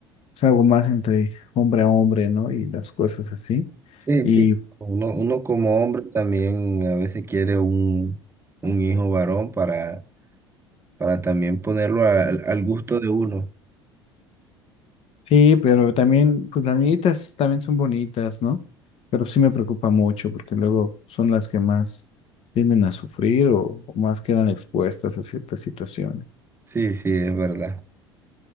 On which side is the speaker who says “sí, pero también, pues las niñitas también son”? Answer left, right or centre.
Left